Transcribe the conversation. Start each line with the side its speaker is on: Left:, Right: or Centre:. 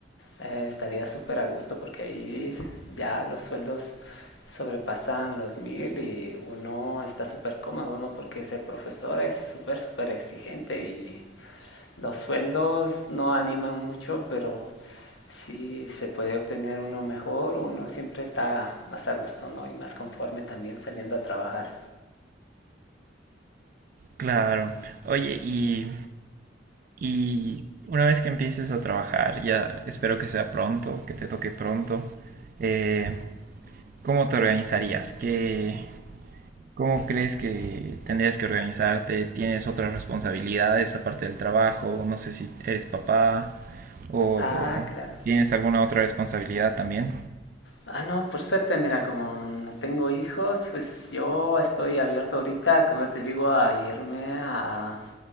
Left: eh, estaría súper a gusto porque ahí ya los sueldos sobrepasan los mil y uno está súper cómodo, ¿no? Porque ser profesor es súper, súper exigente y los sueldos no animan mucho, pero si se puede obtener uno mejor, uno siempre está más a gusto, ¿no? Y más conforme también saliendo a trabajar.
Right: claro. Oye, y, y una vez que empieces a trabajar, ya espero que sea pronto, que te toque pronto, eh, ¿cómo te organizarías? ¿Qué, ¿Cómo crees que tendrías que organizarte? ¿Tienes otras responsabilidades aparte del trabajo? No sé si eres papá, ¿O
Left: Ah, claro.
Right: tienes alguna otra responsabilidad también?
Left: Ah, no, por suerte, mira, como no tengo hijos, pues yo estoy abierto ahorita, como te digo, a irme a,